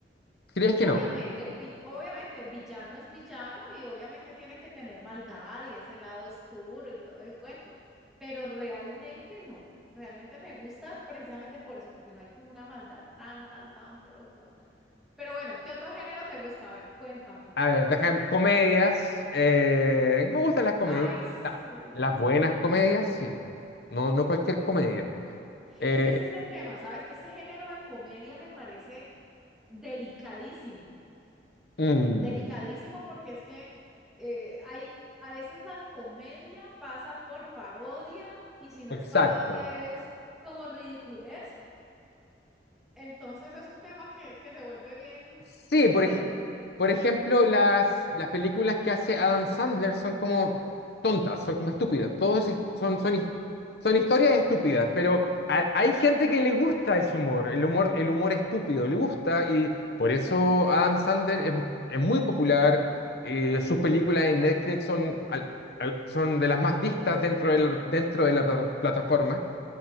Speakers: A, on the left (about 60°); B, in the centre.
A: ¿Crees que
B: Obviamente,
A: no?
B: vi- obviamente, villano es villano y obviamente tiene que tener maldad y ese lado oscuro y todo el cuento, pero realmente no, realmente me gusta precisamente por eso, porque no hay como una maldad tan, tan, tan profunda. Pero bueno, ¿qué otro género te gusta? A ver, cuéntame.
A: A ver, déjame, comedias, eh, me gustan las comedias,
B: Ay, sí.
A: la- las buenas comedias, sí, no, no cualquier comedia. Eh,
B: Es que ese es el tema, ¿sabes? Ese género de comedia me parece delicadísimo.
A: mm,
B: delicadísimo porque es que eh, hay, a veces la comedia pasa por parodia y si no
A: exacto.
B: es parodia es como ridiculez. Entonces es un tema que, que se vuelve bien,
A: Sí,
B: bien
A: por,
B: interesante.
A: ej- por ejemplo, las, las películas que hace Adam Sandler son como tontas, son como estúpidas. Todos es- son, son, his- son historias estúpidas, pero a- hay gente que le gusta ese humor, el humor, el humor estúpido, le gusta y por eso Adam Sandler es, es muy popular. eh, sus películas en Netflix son, al- al- son de las más vistas dentro del- dentro de la pla- plataforma.